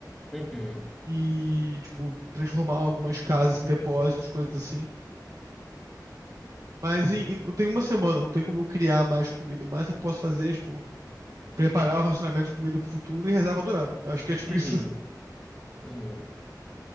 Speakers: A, in the centre; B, on the right.
A: Uhum,
B: E, tipo, transformar algumas casas em depósitos, coisas assim. Mas em, em- não tem uma semana, não tem como eu criar mais comida. O máximo que eu posso fazer é, tipo, preparar o racionamento de comida pro futuro e rezar pra durar. Eu acho que é tipo
A: uhum,
B: isso. <laughs>
A: uhum.